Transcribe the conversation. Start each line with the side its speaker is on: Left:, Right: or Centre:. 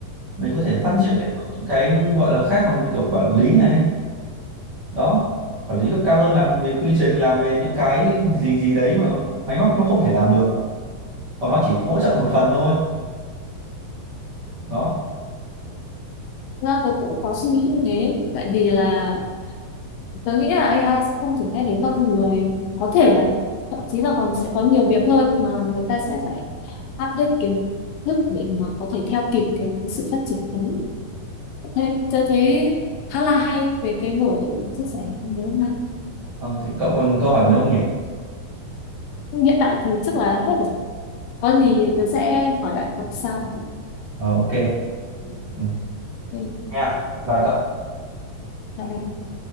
Right: mình có thể phát
Left: Ừ.
Right: triển lên một những cái gọi là khác mà như kiểu quản lý này đó quản lý cấp cao hơn làm về quy trình làm về những cái gì gì đấy mà máy móc nó không thể làm được còn nó chỉ hỗ trợ một phần thôi đó
Left: Thực ra tôi cũng có suy nghĩ như thế tại vì là tôi nghĩ là AI sẽ không thể thay thế con người có thể là thậm chí là còn sẽ có nhiều việc hơn mà người ta sẽ phải update kiến thức để mà có thể theo kịp cái, cái sự phát triển đấy. Thế tôi thấy khá là hay về cái buổi chia sẻ ngày hôm nay
Right: Ờ, thì cậu còn câu hỏi gì nữa không nhỉ
Left: hiện tại thì chắc là hết rồi có gì tớ sẽ hỏi lại cậu sau
Right: Ờ, ok ừ.
Left: Ok,
Right: nha bye bye cậu
Left: bye bye.